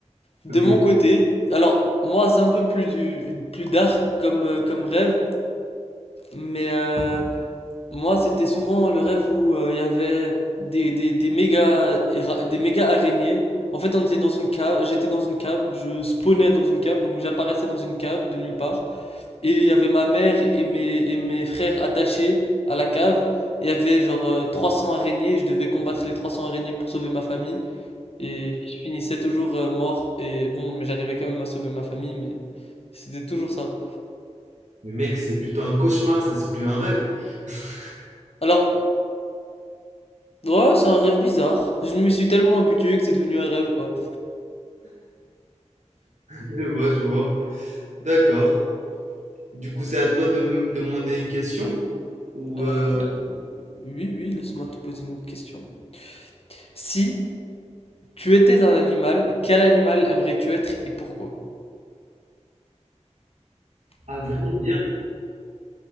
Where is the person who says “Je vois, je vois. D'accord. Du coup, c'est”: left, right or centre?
Right